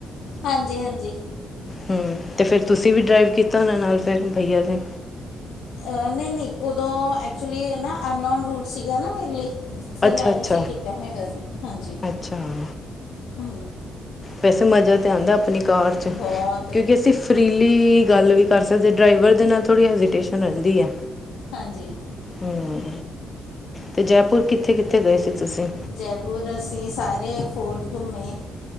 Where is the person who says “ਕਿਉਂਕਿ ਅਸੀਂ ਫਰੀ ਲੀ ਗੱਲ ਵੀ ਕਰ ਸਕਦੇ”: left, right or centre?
Left